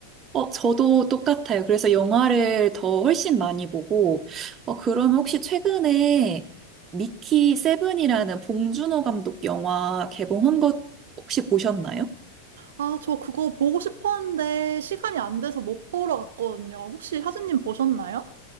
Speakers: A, on the right; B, on the right.
A: 어, 저도 똑같아요. 그래서 영화를 더 훨씬 많이 보고, 어, 그러면 혹시 최근에 미키 세븐이라는 봉준호 감독 영화 개봉한 것 혹시 보셨나요?
B: 아, 저 그거 보고 싶었는데 시간이 안 돼서 못 보러 갔거든요. 혹시 하진님 보셨나요?